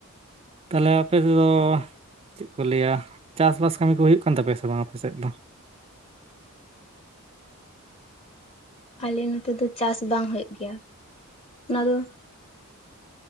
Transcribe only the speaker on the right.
ᱛᱟᱦᱞᱮ ᱟᱯᱮ ᱛᱮᱫᱚ ᱪᱮᱫ ᱠᱚ ᱞᱟᱹᱭᱟ ᱪᱟᱥᱵᱟᱥ ᱠᱟᱹᱢᱤ ᱠᱚ ᱦᱩᱭᱩᱜ ᱠᱟᱱ ᱛᱟᱯᱮᱭᱟ ᱥᱮ ᱵᱟᱝ ᱟᱯᱮ ᱥᱮᱫ ᱫᱚ?